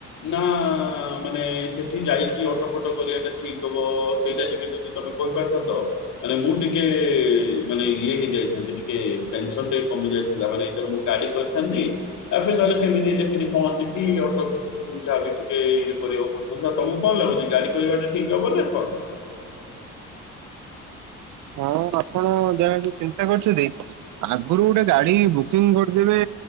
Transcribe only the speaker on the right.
ହଁ ଆପଣ ଯାହା ବି ଚିନ୍ତା କରିଚନ୍ତି ଆଗରୁ ଗୋଟେ ଗାଡି ବୁକିଂ କରିଦେବେ